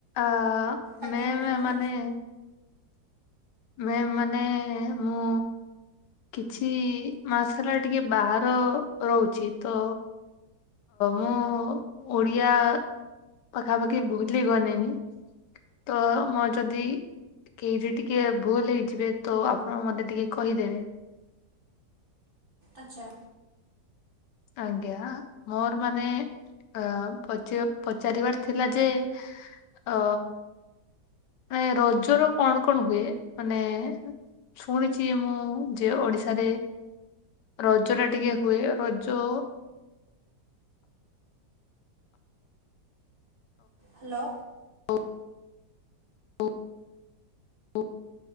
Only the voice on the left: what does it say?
ଆ
ମେମ୍
ମାନେ ମେମ୍ ମାନେ ମୁଁ କିଛି ମାସ ହେଲା ଟିକେ ବାହାର ରହୁଛି ତ ମୁଁ ଓଡ଼ିଆ ପାଖାପାଖି ଭୁଲିଗଲିଣି ତ ମୋର ଯଦି କେହିଠି ଟିକେ ଭୁଲ ହେଇଯିବେ ତୋ ଆପଣ ମତେ ଟିକେ କହିଦେବେ।
ଆଜ୍ଞା। ମୋର ମାନେ ଅ ପଚ ପଚାରିବାର ଥିଲା ଯେ ଅ ମାନେ ରଜର କଣ କଣ ହୁଏ? ମାନେ ଶୁଣିଛି ମୁଁ ଯେ ଓଡ଼ିଶାରେ ରଜ ଟା ଟିକେ ହୁଏ। ରଜ
ଓ ଓ ଓ